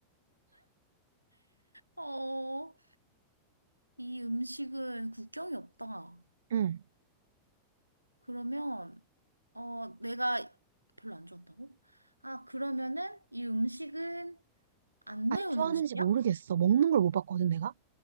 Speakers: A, on the right (about 80°); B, on the right (about 65°).
A: 어, 이 음식은 국경이 없다.
B: 응.
A: 그러면, 어, 내가 별로 안 좋았다고? 아, 그러면은 이 음식은 안
B: 안
A: 매운
B: 좋아하는지
A: 음식이야?
B: 모르겠어. 먹는 걸 못 봤거든, 내가?